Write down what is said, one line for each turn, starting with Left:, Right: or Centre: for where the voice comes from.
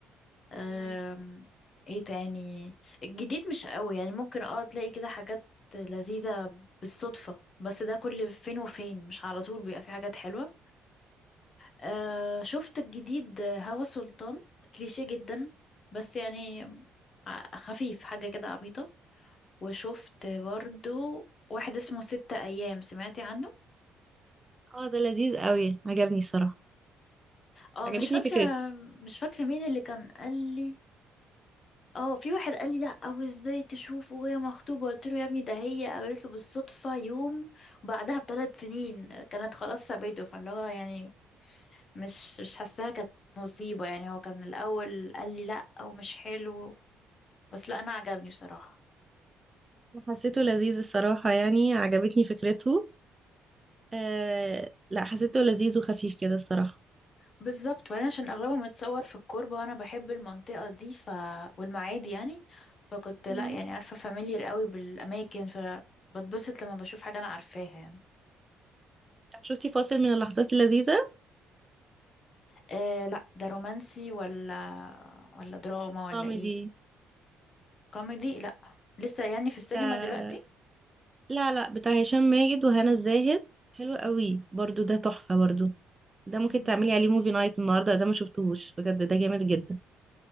Left: أم...
Right: مم.
Left: ايه تاني الجديد مش قوي يعني ممكن اه تلاقي كده حاجات لذيذه بالصدفه بس ده كل فين وفين مش على طول بيبقى في حاجات حلوه آه شفت الجديد هوا سلطان كليشيه جدا بس يعني ع- خفيف حاجة كده عبيطة وشفت برضو واحد اسمه ستة أيام سمعتي عنه؟
Right: اه ده لذيذ قوي عجبني الصراحة
Left: اه
Right: عجبتني
Left: مش فاكرة
Right: فكرته
Left: مش فاكرة مين اللي كان قال لي اه في واحد قال لي لا او ازاي تشوفه وهي مخطوبة قلت له يا ابني ده هي قابلت له بالصدفة يوم بعدها بثلاث سنين كانت خلاص سابته فاللي هو يعني مش مش حاساها كانت مصيبة يعني هو كان الأول قال لي لأ ومش حلو بس لا انا عجبني بصراحه
Right: حسيته لذيذ الصراحة يعني عجبتني فكرته آه لا حسيته لذيذ وخفيف كده الصراحة
Left: بالظبط وبعدين عشان اغلبه متصور في الكوربه وانا بحب المنطقه دي ف والمعادي يعني فكنت لا
Right: مم.
Left: يعني عارفه فاميليار قوي بالاماكن فبتبسط لما بشوف حاجه انا عارفاها يعني
Right: طب شفتي فاصل من اللحظات اللذيذة
Left: آه لا ده رومانسي ولا ولا دراما ولا
Right: كوميدي
Left: ايه كوميدي لا لسه يعني في السينما
Right: بتاع
Left: دلوقتي
Right: لا لا بتاع هشام ماجد وهنا الزاهد حلو قوي برضو ده تحفة برضو ده
Left: مم.
Right: ممكن تعملي عليه موفي نايت النهاردة ده ما شفتوش بجد ده جامد جدا